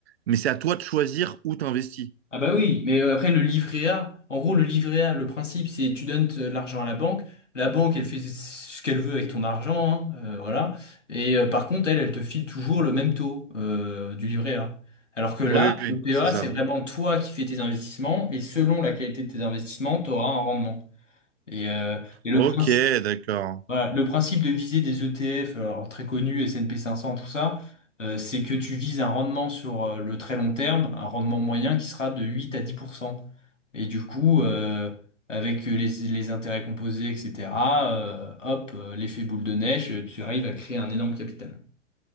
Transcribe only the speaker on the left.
Ah bah oui, mais euh, après le livret A, en gros le livret A, le principe c'est tu donnes euh, l'argent à la banque, la banque elle fait ce qu'elle veut avec ton argent, hein, euh, voilà, et euh, par contre elle, elle te file toujours le même taux euh, du livret A. Alors que là,
le PEA
c'est vraiment toi qui fais tes investissements et selon la qualité de tes investissements, tu auras un rendement. Et, euh, et le
principe...
Voilà, le principe de viser des ETF, alors très connus, S&P 500, tout ça, euh, c'est que tu vises un rendement sur euh, le très long terme, un rendement moyen qui sera de 8 à 10%. Et du coup, euh, avec les, les intérêts composés, etc., euh, hop, euh, l'effet boule de neige, euh, tu arrives à créer un énorme capital.